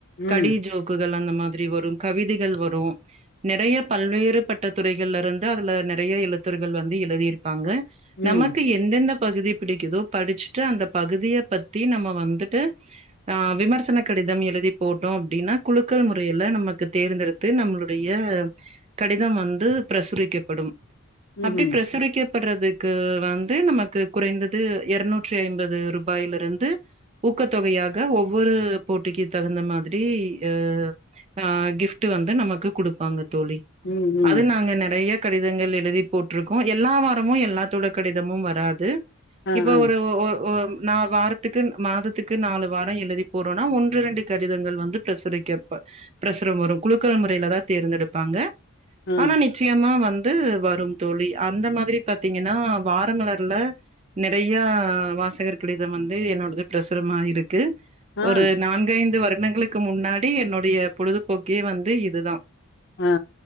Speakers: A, on the left; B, on the right.
A: ம்
B: கடி ஜோக் க்குகள் அந்த மாதிரி வரும் கவிதைகள் வரு நிறைய பல்வேறுப்பட்ட துறைகள்ல இருந்து அதுல நிறைய எழுத்தறுகள் வந்து எழுதிரு ப்பாங்க
A: ம்
B: நமக்கு எ எந்தெந்த பகுதி பிடிக்குதோ படிச்சுட்டு அந்த பகுதிய பத்தி நம்ம வந்துட்டு ஆ விமர்சன கடி தம் எழுதி போட்டோ அப்டின்னா குலுக்கள் முறையில நமக்கு தேர்ந்தெடுத்து நம்மளுடைய கடிதம் வந்து பிரசுரிக்கப்படும்
A: ம்ஹும்
B: அப்படி பிரசுரிக்கப்படுறது க்கு வந்து நமக்கு குறைந்தது இருநூற்றி ஐம்பது ரூபாயில இருந்து ஊக்கத்தொகையாக ஒவ்வொரு போட்டிக்கு தகுந்த மாதிரி அ ஆ கிஃப்ட்டு வந்து நமக்கு குடுப்பாங்க தோழி
A: ம் ம்
B: அது நாங்க நறைய கடிதங்கள் எழுதி போட்ரூக்கோ எல்லா வாரமு எல்லாத்தோட கடிதமு வராது
A: ஆ
B: இப்ப
A: ஆ
B: ஒரு ஒ ஒ நா வாரத்துக்கு மாதத்துக்கு நாலு வாரோ எழுதி போ ட்டோனா ஒன்று ரெண்டு கடிதங்கள் வந்து பிரசுரிக்கப்ப பிரசுரம் வரும் குலுக்கள் முறையில தான் தேர்ந்தெடுப்பாங்க
A: ஆ
B: ஆனா நி நிச்சயமா வந்து வரும் தோழி அந்த மாதிரி பாத்தீங்கன்னா வாரமலர்ல நிறையா வாசகர்கள் கடிதம் வந்து என்னோடது பிரசுரம் ஆயிருக்கு
A: ஆ
B: ஒரு நான்கைந்து வருடங்களுக்கு முன்னாடி என்னுடைய பொழுதுபோக்கே வந்து இதுதா
A: ஆ